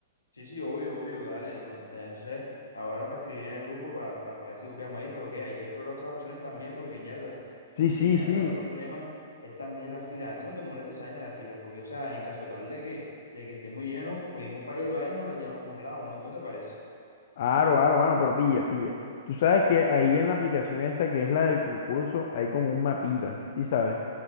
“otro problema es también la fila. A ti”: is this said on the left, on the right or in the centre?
Left